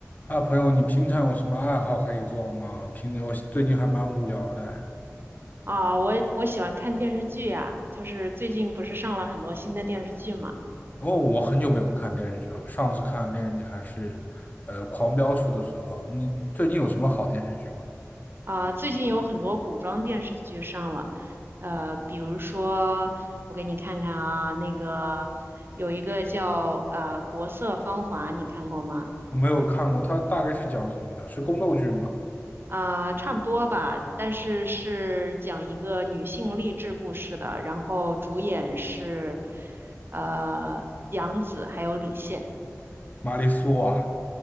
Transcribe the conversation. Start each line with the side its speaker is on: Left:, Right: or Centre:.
Left: 啊，朋友，你平常有什么爱好可以做吗？平我最近还蛮无聊的。
Right: 啊，我我喜欢看电视剧呀，就是最近不是上了很多新的电视剧嘛？
Left: 哦，我很久没有看电视剧了，上次看电视剧还是，呃，《狂飙》出的时候。你最近有什么好电视剧吗？
Right: 啊，最近有很多古装电视剧上了，呃，比如说我给你看看啊，那个有一个叫呃《国色芳华》，你看过吗？
Left: 我没有看过，它大概是讲什么的？是宫斗剧吗？
Right: 啊，差不多吧，但是是讲一个女性励志故事的，然后主演是呃杨紫还有李现。
Left: 玛丽苏啊，